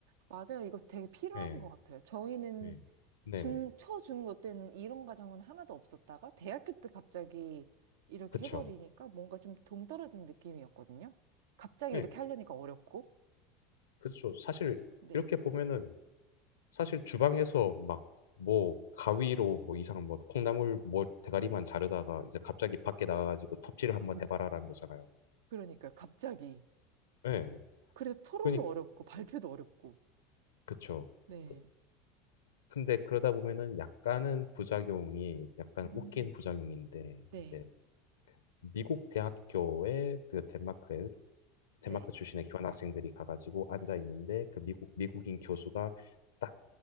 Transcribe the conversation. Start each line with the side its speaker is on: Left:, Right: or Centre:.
Right: 맞아요. 이거 되게 필요한
Left: 네,
Right: 것 같아요. 저희는
Left: 네, 네네.
Right: 중, 초, 중고 때는 이런 과정은 하나도 없었다가 대학교 때 갑자기 이렇게
Left: 그쵸.
Right: 해버리니까 뭔가 좀 동떨어진 느낌이었거든요. 갑자기
Left: 네,
Right: 이렇게 하려니까 어렵고.
Left: 그쵸. 사실
Right: 네.
Left: 이렇게 보면은 사실 주방에서 막 뭐 가위로 뭐 이상 뭐 콩나물 뭐 대가리만 자르다가 이제 갑자기 밖에 나가가지고 톱질을
Right: <laughs>
Left: 한번
Right: 음,
Left: 해봐라라는 거잖아요.
Right: 그러니까요. 갑자기.
Left: 예.
Right: 그래서 토론도
Left: 그러니
Right: 어렵고 발표도 어렵고.
Left: 그쵸.
Right: 네.
Left: 그- 근데 그러다 보면은 약간은 부작용이 약간
Right: 음,
Left: 웃긴 부작용인데
Right: 네,
Left: 이제 미국 대학교에 그 덴마크에
Right: 네,
Left: 덴마크 출신의 교환학생들이 가가지고 앉아 있는데 그 미국 미국인 교수가 딱